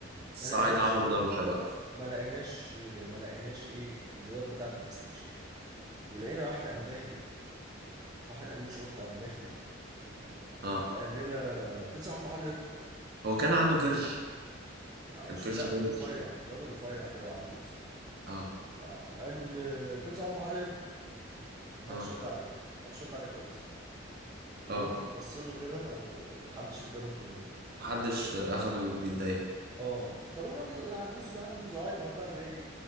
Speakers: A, on the right; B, on the right.
A: الصعايدة
B: ما لقيناش
A: عملوا دوشة بقى
B: ما لقيناش ما لقيناش ايه الواد بتاع البلاي ستيشن ولقينا واحد قام داخل واحد امين شرطة قام داخل
A: اه
B: قال لنا في صاحب محل ايه؟
A: هو كان عنده كرش
B: أنا
A: كان
B: مش
A: كرشه
B: لا كان
A: بارد
B: رفيع
A: شوية
B: كان راجل رفيع كده وعجوز
A: اه
B: فقام قال فين صاحب محل ايه؟ محدش
A: اه
B: رد عليه محدش رد عليه خالص كلهم
A: اه
B: باصين له كده ومحدش اداله اهتمام
A: محدش آه، اخده بجدية
B: اه افتكروه راجل عجوز عنده زهايمر بقى جاي